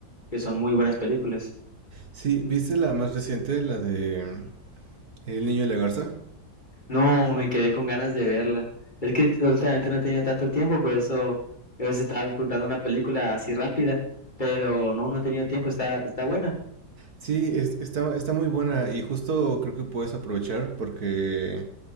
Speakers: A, on the left; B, on the right.
A: que son muy buenas películas.
B: Sí, ¿viste la más reciente, la de El niño y la garza?
A: No, me quedé con ganas de verla. Es que últimamente no he tenido tanto tiempo, por eso a veces estaba apuntando una película así rápida, pero no, no he tenido tiempo, está, está buena.
B: Sí, es- está, está muy buena y justo creo que puedes aprovechar porque